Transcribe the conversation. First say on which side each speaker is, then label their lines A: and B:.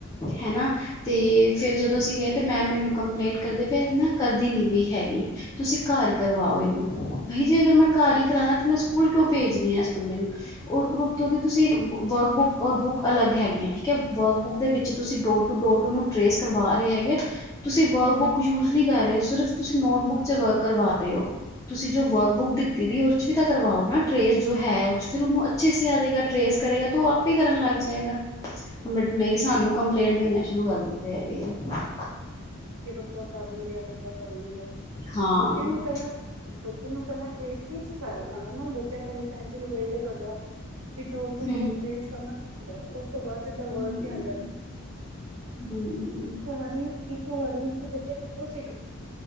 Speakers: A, on the left (about 15°); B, on the right (about 85°).
A: ਹੈਨਾ। ਤੇ ਫੇਰ ਜਦੋਂ ਅਸੀਂ ਗਏ ਤੇ ਮੈਮ ਮੈਨੂੰ ਕੰਪਲੇਂਟ ਕਰਦੇ ਪਏ ਹੈ ਨਾ, ਕਰਦੀ ਨੀ ਪਈ ਹੈਗੀ। ਤੁਸੀਂ ਘਰ ਕਰਵਾਓ ਇਹਨੂੰ। ਬਾਈ ਜੀ ਅਗਰ ਮੈਂ ਘਰ ਹੀ ਕਰਾਉਣਾ, ਤੇ ਮੈਂ ਸਕੂਲ ਕਿਉਂ ਭੇਜ ਰਹੀ ਹਾਂ ਬੰਦੇ ਨੂੰ, ਔਰ -ਔਰ ਉੱਤੋਂ ਦੀ ਤੁਸੀਂ ਵਰਕ ਬੁੱਕ ਔਰ ਬੁੱਕ ਅਲੱਗ ਹੈਗੀਆਂ। ਠੀਕ ਹੈ? ਵਰਕ ਬੁਕ ਦੇ ਵਿਚ ਤੁਸੀਂ ਡੋਰ ਟੂ ਡੋਰ ਟ੍ਰੇਸ ਕਰਵਾ ਰਹੇ ਹੈਗੇ। ਤੁਸੀਂ ਵਰਕ ਬੁਕ ਯੂਜ਼ ਨਹੀਂ ਕਰ ਰਹੇ, ਸਿਰਫ ਤੁਸੀਂ ਨੋਟਬੁੱਕ ਵਰਕ ਕਰਵਾ ਰਹੇ ਹੋ। ਤੁਸੀਂ ਜੋ ਵਰਕ ਬੁੱਕ ਦਿੱਤੀ ਦੀ ਏ, ਓਸ ਚ ਵੀ ਤਾਂ ਕਰਵਾਓ ਨਾ ਟਰੇਸ ਜੋ ਹੈ ਓਸ ਚ, ਫਿਰ ਉਹਨੂੰ ਅੱਛੇ ਸੇ ਆ ਜਾਏਗਾ ਟਰੇਸ ਕਰੇਗਾ, ਤਾਂ ਉਹ ਆਪੇ ਕਰਨ ਲੱਗ ਜਾਏਗਾ। ਟਰੇਸ
B: ਹੂੰ
A: ਬਟ ਨਹੀਂ, ਸਾਨੂੰ ਕੰਪਲੇਂਟ ਦੇਣੀਆਂ ਸ਼ੁਰੂ ਕਰ ਦਿੱਤੇ ਹੈਗੇ ਆ। <inaudible>
B: <unintelligible> ਓ ਕਰ ਨਹੀ ਰਿਹਾ, ਬੱਚਾ ਕਰ ਨਹੀਂ ਰਿਹਾ।
A: ਹਾਂ
B: ਬੱਚਿਆਂ ਨੂੰ ਪਹਿਲਾਂ ਬੱਚੇ ਨੂੰ ਪਹਿਲਾਂ ਟੇਸਟ ਹੀ ਸਿਖਾਆ ਜਾਂਦਾ ਨਾ ਜਾਂ ਪਹਿਲੇ ਪੈਨਸਿਲ ਨੂੰ ' <unintelligible> ' ਕਰਦਾ, ਫਿਰ ਡੋਟ ਟੂ
A: ਹੂੰ
B: ਡੋਟ ਟਰੇਸ ਕਰਨਾ ਸਿੱਖ ਉਸ ਤੋਂ ਬਾਅਦ ਸਿੱਧਾ ਵਰਡ
A: ਹੂੰ,
B: ਤੇ ਆਂਦਾ
A: ਹੂੰ
B: ਕਈ ਵਾਰੀ, ਇੱਕ ਵਾਰੀ ਚ ਬੱਚੇ ਕਿੱਥੋਂ ਸਿੱਖ